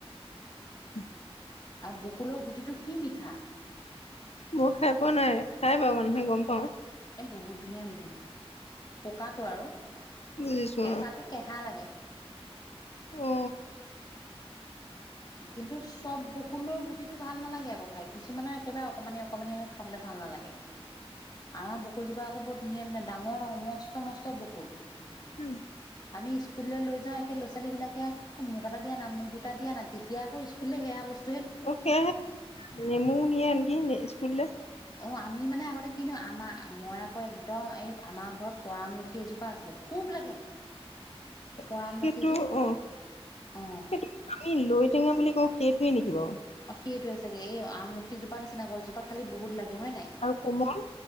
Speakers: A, on the left (about 80°); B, on the left (about 40°).
A: <inaudible>
B: আৰু বকুলৰ গুটিটো কি মিঠা।
A: মই খাই পোৱা নাই, খাই বাৰু মানুহে গম পাওঁ।
B: এ বহুত ধুনীয়া মিঠা, পকাটো আৰু
A: বুজিছো
B: কেঁচাটো কেহা লাগে।
A: অ।
B: কিন্তু চব বকুলৰ গু গুটিটো ভাল নালাগে আকৌ খাই, কিছুমানে একেবাৰে অকমানি অকমানি হৈ খাবলৈ ভাল নালাগে। আমাৰ বকুল জোপা আকৌ বৰ ধুনীয়া ধুনীয়া। ডাঙৰ-ডাঙৰ মস্ত-মস্ত বকুল।
A: উম।
B: আমি স্কুললৈ লৈ যাওঁ, একে ল'ৰাছোৱালী বিলাকে মোক এটা দিয়া না মোক দুটা দিয়া না এতিয়া আকৌ স্কুলে সেয়া বস্তু
A: অ সেয়া নেমু নিয়ে নেকি স্কুললে?
B: অ আমি মানে আগতে কিনো আমাৰ, মই আকৌ একদম এই আমাৰ ঘৰত পৰামলখী এজোপা আছিলে, খুব খুব লাগে।
A: <inaudible>
B: পৰামলখি
A: সেইটো
B: যে
A: অঁ,
B: অ
A: সেইটো আমি লৈটেঙা বুলি কওঁ, সেইটোৱে নেকি বাৰু?
B: অঁ সেইটোৱে চাগে, এই আমলখিজোপা নিচিনা গছজোপা খালি বহুত লাগে, হয় নাই?
A: আৰু কোমল